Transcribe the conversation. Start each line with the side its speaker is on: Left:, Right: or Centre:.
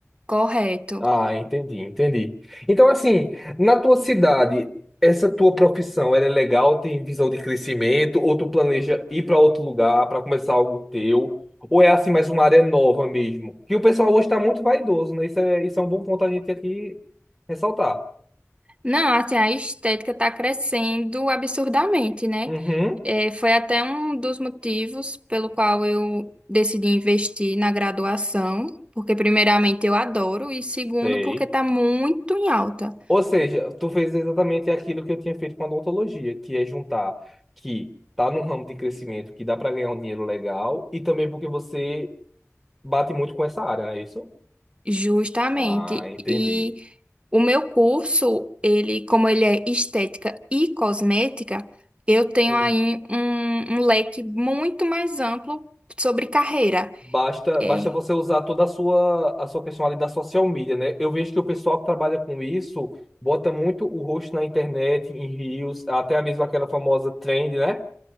Right: Correto.
Centre: Ah, entendi, entendi. Então, assim, na tua cidade, essa tua profissão, ela é legal? Tem visão de crescimento? Ou tu planeja ir para outro lugar para começar algo teu? Ou é assim mais uma área nova mesmo? Que o pessoal hoje está muito vaidoso, né? Isso é, isso é um bom ponto a gente aqui ressaltar.
Right: Não, assim, a estética tá crescendo absurdamente, né?
Centre: Uhum,
Right: É, foi até um dos motivos pelo qual eu decidi investir na graduação, porque primeiramente eu adoro e segundo
Centre: sei.
Right: porque tá muito em alta.
Centre: Ou seja, tu fez exatamente aquilo que eu tinha feito com a odontologia, que é juntar que tá num ramo de crescimento que dá para ganhar um dinheiro legal e também porque você bate muito com essa área, não é isso?
Right: Justamente.
Centre: Ah, entendi.
Right: E o meu curso, ele, como ele é estética e cosmética, eu tenho
Centre: Hum.
Right: aí um, um leque muito mais amplo sobre carreira.
Centre: Basta,
Right: É,
Centre: basta você usar toda a sua, a sua questão ali da social media, né? Eu vejo que o pessoal que trabalha com isso bota muito o rosto na internet, em reels, até mesmo aquela famosa trend, né?